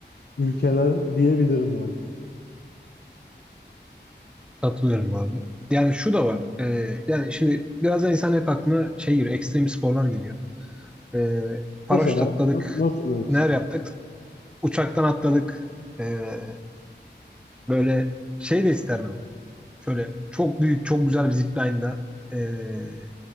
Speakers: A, on the left; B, in the centre.
A: ülkeler diyebilirim yani.
B: Katılıyorum abi. Yani şu da var. Ee, yani şimdi biraz da insan hep aklına şey geliyor, ekstrem sporlar geliyor. Ee, paraşüt
A: Mesela
B: atladık,
A: na- nasıl örnek
B: neler
A: isterim?
B: yaptık? Uçaktan atladık. Ee, böyle şey de isterdim. Şöyle çok büyük, çok güzel bir zipline'la eee,